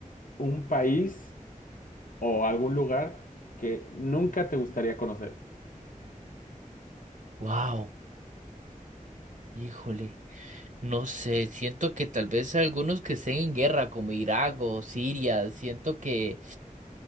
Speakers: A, on the left; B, on the right.
A: un país o algún lugar que nunca te gustaría conocer?
B: Wow, híjole, no sé, siento que tal vez algunos que estén en guerra, como Irak o Siria, siento que...